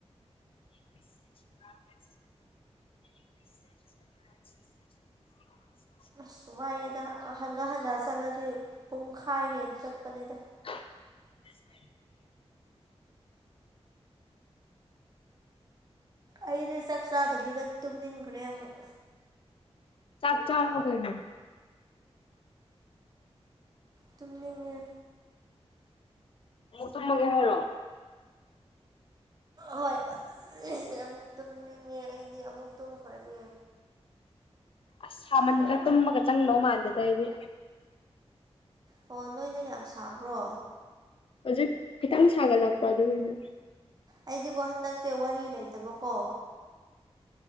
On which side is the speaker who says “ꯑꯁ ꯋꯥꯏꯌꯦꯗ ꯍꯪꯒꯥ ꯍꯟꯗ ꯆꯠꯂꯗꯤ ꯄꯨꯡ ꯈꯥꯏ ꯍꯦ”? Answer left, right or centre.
Right